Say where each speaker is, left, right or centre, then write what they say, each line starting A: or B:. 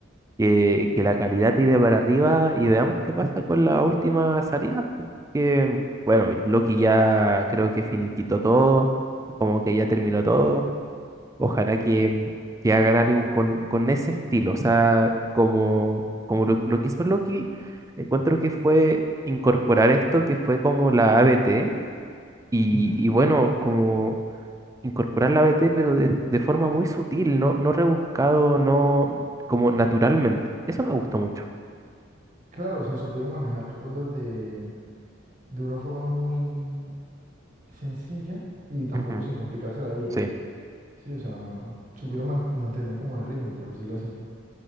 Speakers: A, on the right; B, on the right.
A: que, que la calidad tire para arriba y veamos qué pasa con la última salida, po, porque, bueno, Loki ya creo que finiquitó todo, como que ya terminó todo, ojalá que, que hagan algo con, con ese estilo, o sea, como, como lo, lo que hizo Loki, encuentro que fue incorporar esto que fue como la ABT, y,
B: Ujú.
A: y bueno, como... incorporar la ABT pero de, de forma muy sutil, no, no rebuscado, no como naturalmente. Eso me gustó mucho.
B: Claro, o sea, supieron manejar las cosas de, de una forma muy sencilla y tampoco
A: Ujú,
B: sin complicarse la vida.
A: Sí,
B: Sí, o sea, supieron man- mantener como el ritmo, por decirlo así.